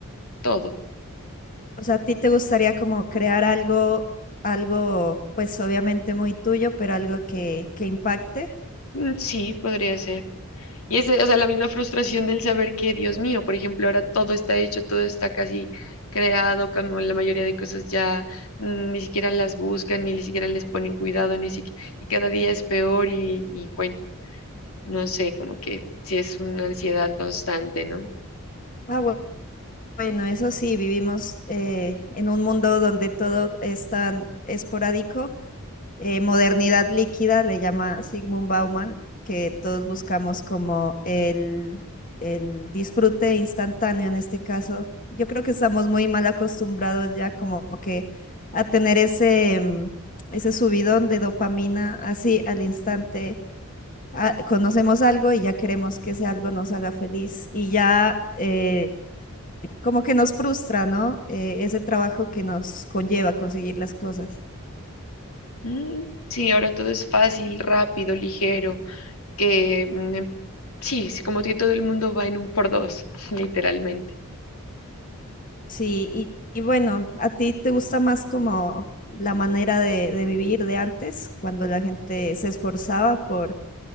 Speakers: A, on the left; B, on the left.
A: todo.
B: O sea, ¿a ti te gustaría como crear algo, algo, pues obviamente muy tuyo, pero algo que, que impacte?
A: Mm, Sí, podría ser. Y ese, o sea, la misma frustración del saber que, Dios mío, por ejemplo, ahora todo está hecho, todo está casi creado, como la mayoría de cosas ya mm, ni siquiera las buscan, ni siquiera les ponen cuidado, ni siquiera, y cada día es peor y, y bueno, no sé, como que sí es una ansiedad constante, ¿no?
B: Ah, bu- bueno, eso sí, vivimos eh, en un mundo donde todo es tan esporádico eh, modernidad líquida, le llama Sigmund Bauman, que todos buscamos como el, el disfrute instantáneo en este caso. Yo creo que estamos muy mal acostumbrados ya como que a tener ese, mm, ese subidón de dopamina así al instante. Ah, conocemos algo y ya queremos que ese algo nos haga feliz y ya eh, como que nos frustra, ¿no? Eh, ese trabajo que nos conlleva conseguir las cosas.
A: Mm, sí, ahora todo es fácil, rápido, ligero, que mm, em- sí, es como que todo el mundo va en un por dos, <laughs> literalmente.
B: Sí, y, y bueno, ¿a ti te gusta más como la manera de, de vivir de antes, cuando la gente se esforzaba por,